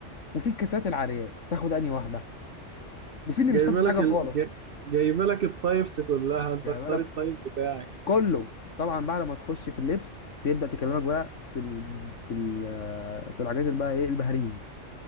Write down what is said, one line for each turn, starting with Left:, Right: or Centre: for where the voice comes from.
Left: وفي الكاسات العاريات تاخد انهي واحده؟ وفي اللي
Right: جايبه
Left: مش تاخد
Right: لك
Left: حاجه
Right: ال...
Left: خالص
Right: جاي- جايبه لك التايبس كلها انت
Left: يعني
Right: اختار
Left: بالك
Right: التايب بتاعك
Left: كله طبعا بعد ما تخش في اللبس تبدا تكلمك بقى في ال... في ال... في الحاجات اللي بقى ايه البهاريز